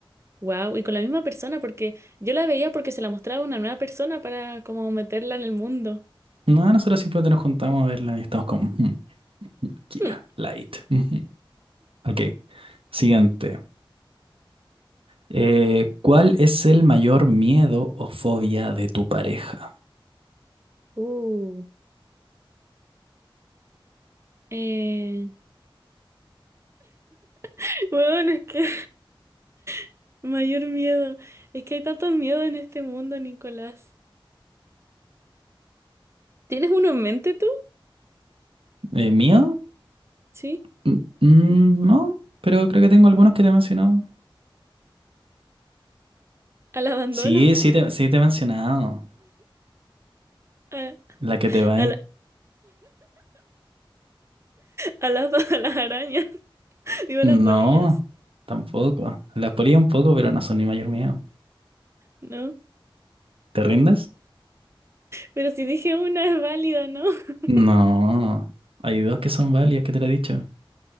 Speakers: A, on the right; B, on the right.
A: Wow, y con la misma persona, porque yo la veía porque se la mostraba a una nueva persona para como meterla en el mundo.
B: No, nosotros simplemente nos juntamos a verla y estamos como, "Ujú, Kira,
A: Hmm.
B: Light. <laughs> ujú". Ok, siguiente. Eh, ¿cuál es el mayor miedo o fobia de tu pareja?
A: Uh. Eh, <laughs> bueno, es que <laughs> mayor miedo. Es que hay tantos miedos en este mundo, Nicolás. ¿Tienes uno en mente tú?
B: Eh, ¿mío?
A: Sí,
B: Mm, mm, no, pero creo que tengo algunos que te he mencionado.
A: al abandono,
B: Sí, sí te, sí te he mencionado.
A: <laughs> a,
B: La que te va
A: a la- a las, <laughs> a las arañas, <laughs> digo
B: No,
A: a las polillas,
B: tampoco. Las polillas un poco, pero no son mi mayor miedo.
A: ¿no?
B: ¿Te rindes?
A: Pero si dije una es válida, ¿no? <laughs>
B: No. Hay dos que son válidas, que te lo he dicho.